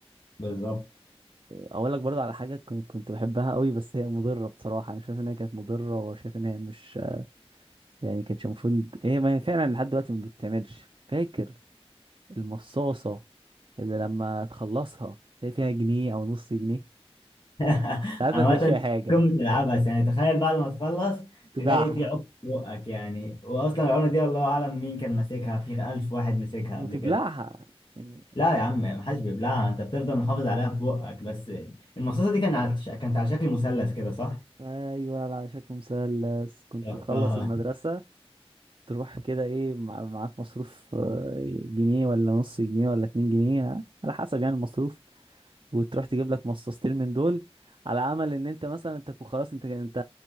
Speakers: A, on the left (about 50°); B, on the right (about 50°).
A: بالظبط
B: اقول لك برضه على حاجه كنت كنت بحبها قوي بس هي مضره بصراحه انا شايف ان هي كانت مضره وشايف ان هي مش يعني كانتش المفروض هي ما هي فعلا لحد دلوقتي ما بتتعملش فاكر المصاصه اللي لما تخلصها تلاقي فيها جنيه او نص جنيه
A: <laughs>
B: ساعات
A: عامة
B: ما تلاقيش فيها
A: دي
B: حاجه
A: قمة العبث يعني تخيل بعد ما تخلص
B: تباعها
A: تلاقي في عقد في بقك يعني واصلا العقدة دي الله اعلم مين كان ماسكها في ألف واحد مسكها
B: وتبلعها
A: قبل كده
B: يعني
A: لا يا عم محدش بيبلعها انت بتفضل محافظ عليها في بقك بس المصاصة دي كانت على كانت على شكل مثلث كده صح؟
B: ايوه على شكل مثلث كنت
A: جربتها
B: تخلص المدرسه تروح كده ايه مع- معاك مصروف آه، جنيه ولا نص جنيه ولا اتنين جنيه على حسب يعني المصروف وتروح تجيب لك مصاصتين من دول على امل ان انت مثلا انت كو- خلاص انت انت